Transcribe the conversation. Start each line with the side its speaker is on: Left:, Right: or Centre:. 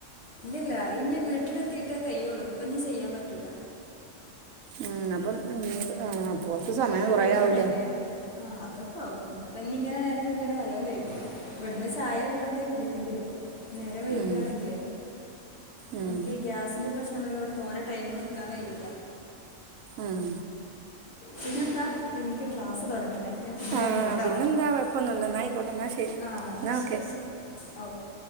Left: ഇല്ലല്ല ഇനി വീട്ടിലെത്തിട്ടേ കയ്യോള്ളു ഇപ്പ ഇനി ചെയ്യാൻ പറ്റൂല.
Right: ഉം അപ്പം <unintelligible>
Left: നിങ്ങള്
Right: സമയം കൊറേ
Left: കഴിക്കാനായില്ലേ
Right: ആവൂലേ
Left: ആ ഇതൊക്കെ ആവും ഇപ്പോ ഇങ്ങനെ നേരം വൈകാണെകിൽ നല്ലോണം വൈകും ഇവിടുന്ന് ചായ വെള്ളം എന്തെങ്കിലും കുടിക്കേണ്ടി വരും. നേരം വൈകയാണെങ്കിലേ
Right: ഉം ഉം
Left: എനിക്ക് ഈ ഗ്യാസിന്റെ പ്രശ്നഉള്ളതിനെകൊണ്ട് തോനെ ടൈം നിക്കാൻ കയ്യൂല.
Right: ഉം
Left: പിന്നെന്താ എനിക്ക് ക്ലാസ് തുടങ്ങാനായി ഞാൻ പിന്നെ
Right: ആഹ്
Left: വിളിക്കാട്ടോ
Right: പിന്നെന്താ കുഴപ്പൊന്നുല്ല എന്നാ ആയിക്കോട്ടെ എന്നാ ശരി
Left: ആഹ എന്ന എന്നാൽ
Right: എന്നാ
Left: ശരി
Right: ഓക്കെ
Left: ശരി ഓക്കെ.